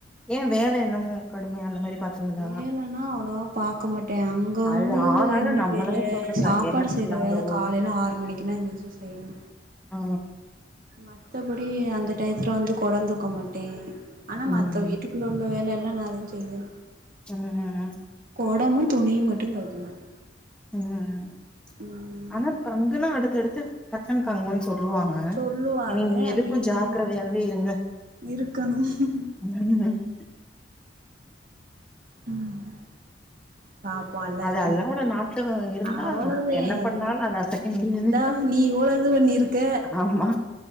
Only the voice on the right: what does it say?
வேலனா அவ்ளவா பாக்க மாட்டன் அங்க வந்து
என்ன
வேல
சாப்பாடு
செய்ற
வேல காலைல ஆறு மணிக்குனா எந்திரிச்சு செய்யணு
மத்தபடி அந்த டயத்துல வந்து கொடந் தூக்க மாட்டேன் ஆனா
மத்த வீட்டு உள்ள உள்ள வேல எல்லா நான்தா செய்வ
கொடமு துணியு மட்டு தொவைக்க மாட்
ம்
சொல்லுவாக
ஆனா
எனக்கு
இருக்கணு
ம் பாப்போல்ல
எப்டி
அவ்ளோத
இந்தா
நீ இவ்ளுது பண்ணிருக்க